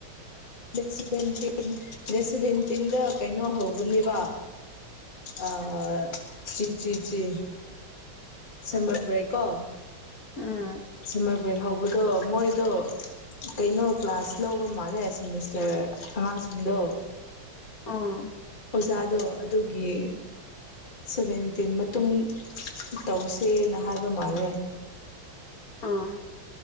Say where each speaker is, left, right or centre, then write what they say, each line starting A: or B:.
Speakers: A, on the left (about 25°); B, on the left (about 50°).
A: ꯁꯚꯦꯟꯇꯤꯡ ꯅꯦꯁꯚꯦꯟꯇꯤꯡꯗ ꯀꯩꯅꯣ ꯍꯧꯒꯅꯤꯕ ꯑ ꯆꯤ ꯆꯤ ꯆꯦ ꯁꯝꯃꯔ ꯕꯔꯦꯛꯀꯣ
B: ꯎꯝ
A: ꯁꯝꯃꯔ ꯕꯔꯦꯛ ꯍꯧꯕ ꯑꯗꯣ ꯃꯣꯏꯗꯣ ꯀꯩꯅꯣ ꯀ꯭ꯂꯥꯁ ꯂꯧꯕ ꯃꯥꯜꯂꯦ ꯁꯃꯤꯁꯇꯔ ꯑꯉꯥꯡꯁꯤꯡꯗꯣ
B: ꯑꯥ
A: ꯑꯣꯖꯥꯗꯣ ꯑꯗꯨꯒꯤ ꯁꯚꯦꯟꯇꯤꯟ ꯃꯇꯨꯡ ꯇꯧꯁꯦꯅ ꯍꯥꯏꯕ ꯃꯥꯜꯂꯦ
B: ꯑꯥ